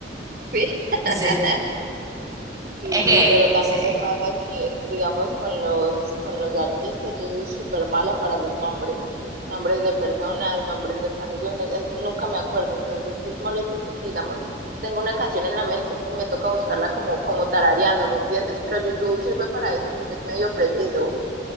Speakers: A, on the right (about 55°); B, on the right (about 20°).
A: Sí. <laughs>
B: sí.
A: Sí,
B: Es que,
A: pero también
B: sí.
A: me pasa que, digamos, con los, con los artistas, yo soy súper mala para los nombres, nombres de personas, nombres de canciones, en- nunca me acuerdo, entonces es molesto porque, digamos, tengo una canción en la mente y me toca buscarla como, como tarareando, ¿me entiendes? Pero YouTube sirve para eso porque es medio preciso.